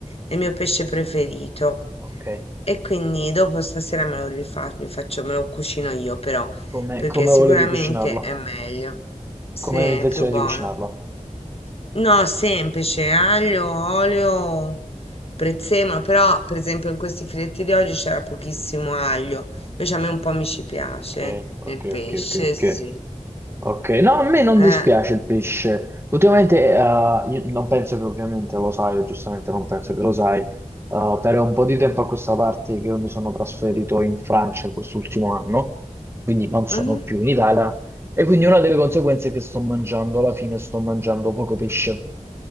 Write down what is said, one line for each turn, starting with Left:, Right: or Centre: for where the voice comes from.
Left: è il mio pesce preferito.
Right: ok.
Left: E quindi dopo stasera me lo rifaccio, mi faccio, me lo cucino io però,
Right: Come,
Left: perché
Right: come
Left: sicuramente
Right: volevi cucinarlo?
Left: è meglio. Sì,
Right: Come
Left: è
Right: avevi intenzione
Left: più buono.
Right: di cucinarlo?
Left: No, semplice, aglio, olio, prezzemolo, però per esempio in questi filetti di oggi c'era pochissimo aglio, invece a me un po' mi ci piace
Right: Ok, ok,
Left: nel pesce,
Right: ok, ok, ok.
Left: sì.
Right: Ok, no, a me non
Left: Eh,
Right: dispiace il pesce. Ultimamente, eh, io non penso che ovviamente lo sai, o giustamente non penso che lo sai, eh, per un po' di tempo a questa parte che io mi sono trasferito in Francia quest'ultimo anno, quindi non sono
Left: mhm,
Right: più in Italia, e quindi una delle conseguenze è che sto mangiando, alla fine sto mangiando poco pesce.